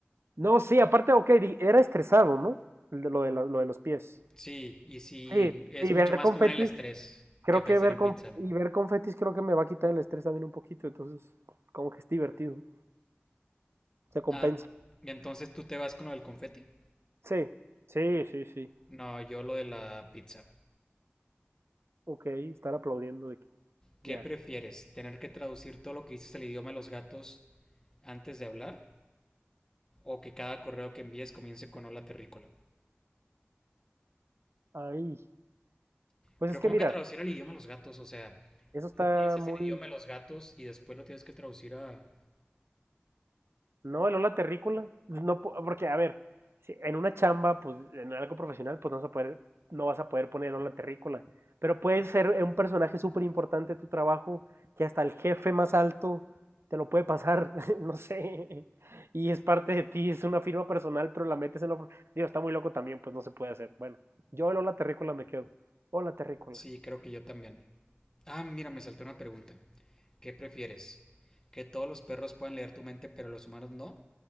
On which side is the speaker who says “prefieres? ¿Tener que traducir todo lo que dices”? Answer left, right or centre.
Left